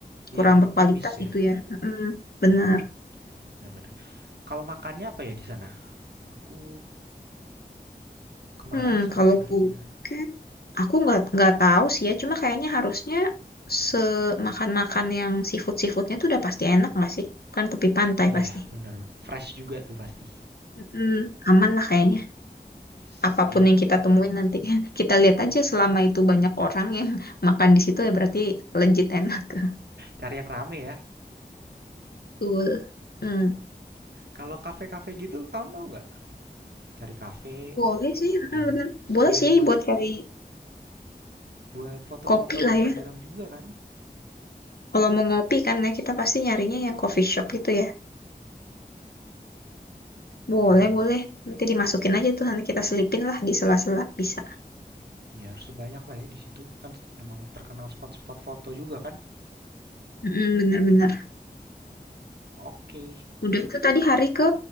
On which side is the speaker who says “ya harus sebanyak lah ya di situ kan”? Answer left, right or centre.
Right